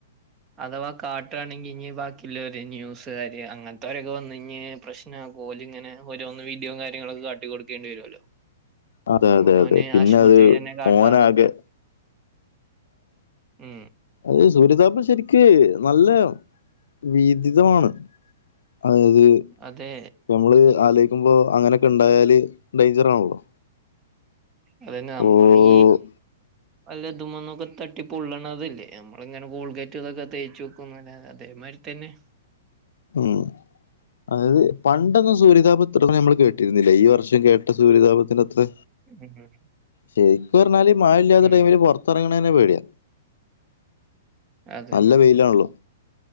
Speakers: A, on the right; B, on the left.
A: അഥവാ കാട്ടുണെങ്കി ഇഞ് ബാക്കിയുള്ളര് ന്യൂസ്കാര് അങ്ങനത്തെവരൊക്കെ വന്ന കഴഞ്ഞ് പ്രശ്ന കോല ഇങ്ങനെ ഓരോന്ന് വീഡിയോം കാര്യങ്ങളൊക്കെ കാട്ടി കൊട്ക്കേണ്ടി വെരൂല്ലോ.
B: അതെ
A: അങ്ങനൊനെ
B: അതെ അതെ പിന്നെ
A: ആശുപത്രി
B: അത്
A: നെ കാട്ടാലോ
B: ഓനാകെ
A: മ്
B: അത് സൂര്യതാപം ശെരിക് നല്ല വീതിതമാണ്. അതായത്
A: അതെ
B: പ്പൊമ്മള് ആലോയ്ക്കുമ്പോ അങ്ങനെയൊക്കെ ഉണ്ടായാല്, ഡേയ്ഞ്ചറാണല്ലോ.
A: അതന്നെ നമ്മളീ
B: ഓ
A: അല്ല ഇതുമന്നൊക്കെ തട്ടി പൊള്ളണതല്ലേ നമ്മളങ്ങനെ ഗോൾഗേറ്റ് ഇതൊക്കെ തേച്ചു ഇതേമാതിരി തന്നെ <inaudible>
B: ഉം. അതായത് പണ്ടൊന്നും സൂര്യതാപം ത്രൊന്നും നമ്മൾ കേട്ടിരുന്നില്ല ഈ വർഷം കേട്ട സൂര്യതാപം തിന്റെ കത്ത്.
A: ഉം
B: ശരിക്കറഞ്ഞാല് മഴ ഇല്ലാത്ത
A: ഉം
B: ടൈമിൽ പൊറ പുറത്തറങ്ങ്ണെന്നെ പേടിയാ.
A: അതന്നെ
B: നല്ല വെയിലാണല്ലോ.